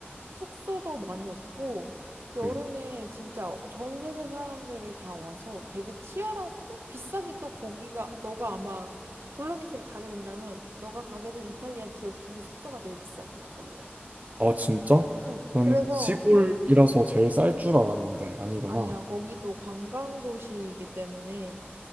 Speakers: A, on the right (about 75°); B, on the right (about 40°).
A: 숙소도 많이 없고 여름에
B: 응.
A: 진짜 전 세계 사람들이 다 와서 되게 치열하고 비싸게 또 거기가 너가 아마 돌로미티를 가게 된다면 너가 가게 된 이탈리아 지역 중에 숙소가 제일 비쌀 거야 거기가.
B: 아, 진짜?
A: 응.
B: 나는
A: 그래서
B: 시골이라서 제일 쌀 줄 알았는데 아니구나.
A: 아니야 거기도 관광 도시이기 때문에